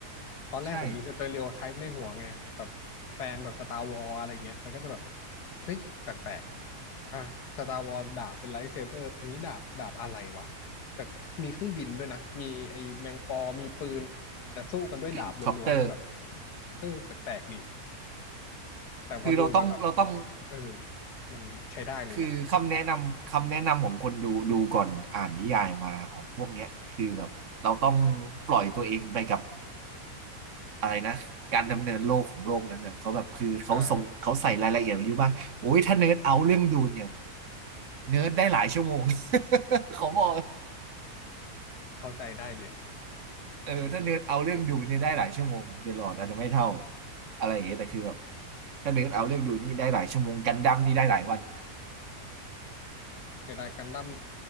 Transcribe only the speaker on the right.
ใช่
<laughs> คอปเตอร์
คือเราต้องเราต้อง
คือคำแนะนำคำแนะนำของคนดูดูก่อนอ่านนิยายมาของพวกเนี้ยคือแบบเราต้องปล่อยตัวเองไปกับอะไรนะการดำเนินโลกของโลกนั้นเนี่ยเขาแบบคือเขาส่งเขาใส่รายละเอียดไว้เยอะมากโอ้ยถ้าเนิร์ดเอาเรื่องดูนเนี่ย
เนิร์ดได้หลายชั่วโมง <laughs> เขาบอก
เออถ้าเนิร์ดเอาเรื่องดูนเนี่ยได้หลายชั่วโมงเดอะลอร์ดอาจจะไม่เท่าอะไรอย่างเงี้ยแต่คือแบบถ้าเนิร์ดเอาเรื่องดูนี่ได้หลายชั่วโมงกันดั้มนี่ได้หลายวัน